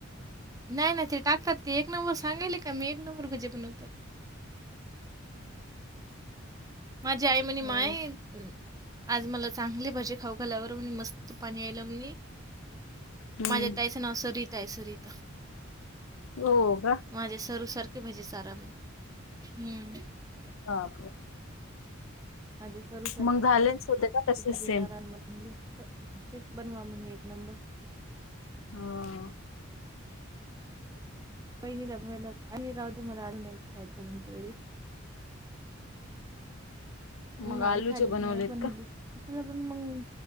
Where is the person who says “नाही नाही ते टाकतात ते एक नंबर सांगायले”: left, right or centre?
Right